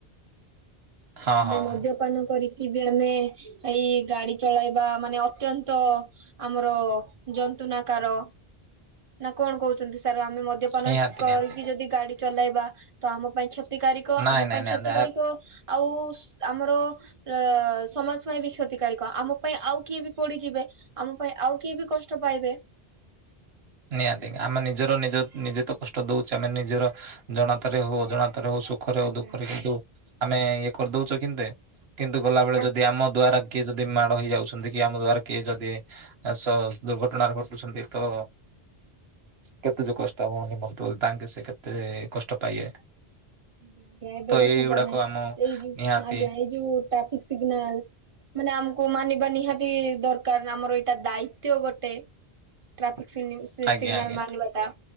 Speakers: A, on the right; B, on the right.
A: ହଁ
B: ଆମେ
A: ହଁ
B: ମଧ୍ୟ
A: ହଁ,
B: ପାନ କରିକି ବି ଆମେ ଏଇ ଗାଡି ଚଳେଇବା ମାନେ ଅତ୍ୟନ୍ତ ଆମର ଜନ୍ତୁନାକାର ନା କଣ କହୁଛନ୍ତି। ତାର ଆମେ ମଦ୍ୟପାନ
A: ନିହାତି
B: କରିକି
A: ନିହାତି
B: ଯଦି ଗାଡି ଚଲେଇବା ତ ଆମ ପାଇଁ କ୍ଷତିକାରକ
A: ନାଇଁ
B: ଆମ
A: ନାଇଁ
B: ପାଇଁ
A: ନିହାତି
B: କ୍ଷ
A: ଆ
B: ଆଉ ଆମର ଅ ସମାଜ ପାଇଁ ବି କ୍ଷତିକାରାରକ ଆମ ପାଇଁ ଆଉ କିଏ ବି ପଡିଯିବେ। ଆମ ପାଇଁ ଆଉ କିଏ ବି କଷ୍ଟ ପାଇବେ।
A: ନିହାତି ଆମେ ନିଜର ନିଜ ନିଜେ ତ କଷ୍ଟ ଦଉଛେ ଆମେ ନିଜର ଜଣାତାରେ ହଉ ଅଜଣାତାରେ ହଉ ସ ଦୁଃଖରେ ଆଉ
B: ଆଜ୍ଞା।
A: ଦୁଃଖରେ କିନ୍ତୁ ଆମେ ଇଏ କରିଦଉଛ କେନ୍ତେ କିନ୍ତୁ ଗଲାବେଳେ
B: ଆଜ୍ଞା
A: ଯଦି ଆମ ଦ୍ଵାରା କିଏ ଯଦି ମାଡ ହେଇ ଯାଉଛନ୍ତି କି ଆମ ଦ୍ଵାରା କିଏ ଯଦି ଚାଷ ଦୁର୍ଘଟଣାରେ ଘଟୁଛନ୍ତି ତ କେତେ ଯୋଉ କଷ୍ଟ ହବ ନି ମ ତାଙ୍କେ ସେ କେତେ କଷ୍ଟ ପାଇବେ।
B: ଆଜ୍ଞା ଏବେ
A: ତ
B: ଦେଖନ୍ତୁ
A: ଏଇଗୁଡାକ
B: ଆମେ
A: ଆମ
B: ଏଇ ଯୋଉ
A: ନିହାତି
B: ଆଜ୍ଞା ଏଇ ଯୋଉ ଟ୍ରାଫିକ ସିଗ୍ନାଲ। ମାନେ ଆମକୁ ମାନିବା ନିହାତି ଦରକାର ଆମର ଏଇଟା ଦାୟିତ୍ଵ ଗୋଟେ। ଟ୍ରାଫିକ ସିଗ
A: ଆଜ୍ଞା
B: ସିଗ୍ନାଲ
A: ଆଜ୍ଞା
B: ମାନିବା ଟା